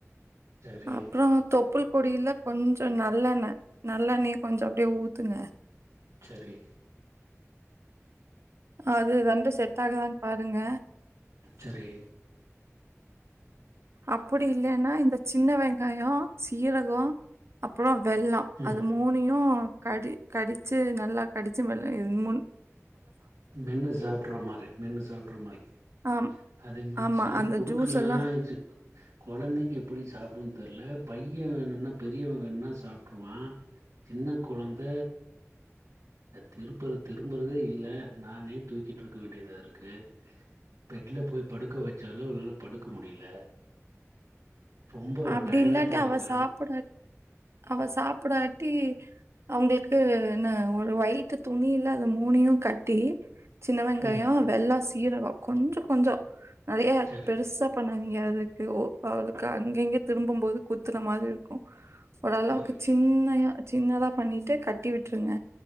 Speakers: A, on the right; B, on the right.
A: சரி
B: அப்றொ தொப்புள் கொடில்ல கொஞ்சொ நல்லெண்ண நல்லெண்ணய கொஞ்ச அப்டியே ஊத்துங்க
A: செரி
B: அது வந்து செட் ஆகுதான் பாருங்க
A: சரி
B: அப்புடி இல்லென்னா இந்த சின்ன வெங்காயொ சீ ரகொ அப்றொ வெல்லொ
A: ம்
B: அது மூணையு கடி கடிச்சு நல்லா கடிச்சு மெல்ல <inaudible> முன்
A: மென்னு சாப்பிடுற மாரி மென்னு சாப்பிடுற மாரி
B: ஆம்
A: அது
B: ஆமா
A: சேரி
B: அந்த
A: குடுக்கலா
B: ஜூஸ் எல்லாம்
A: <unintelligible> கொழந்திங்க எப்டி சாப்பிடன்னனு தெரில பையன் வேணும்னா பெரியவன் வேணும்னா சாப்ட்ருவா சின்ன கொழந்த திருப்பற திரும்புறதே இல்ல நானே தூக்கிட்டு இருக்க வேண்டியதாக இருக்கு பெட்ல போய் படுக்க வச்சாலு அவளால படுக்க முடியல ரொம்ப
B: அப்டி
A: டயர்டா
B: இல்லாட்டி
A: தா இருக்கா
B: அவ சாப்டாட் அவ சாப் படடி அவங்களுக்கு ந ஒரு ஒயிட்டு துணி இல்ல அது மூணையு கட்டி சின்ன வெங்காயம்
A: ம்
B: வெள்ளாசி சீரகோ கொஞ்சோ கொஞ்சோ நெறைய
A: சரி
B: பெருசா பண்ண <unintelligible> ஓ ஆளுக்கு அங் எங்க திரும்பும் போது குத்துற மாதிரி இருக்கு ஓரளவுக்கு
A: சரி
B: சின்னையா சின்னதா பண்ணிட்டு கட்டி விட்டுருங்க